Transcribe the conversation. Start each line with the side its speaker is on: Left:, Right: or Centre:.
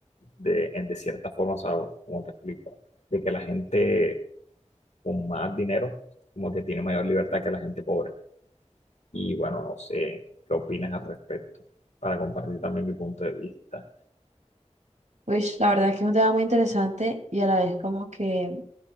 Left: de, en- de cierta forma, o sea, como te explico, de que la gente con más dinero como que tiene mayor libertad que la gente pobre. Y bueno, no sé qué opinas al respecto, para compartir también mi punto de vista.
Right: Pues la verdad que es un tema muy interesante y a la vez como que,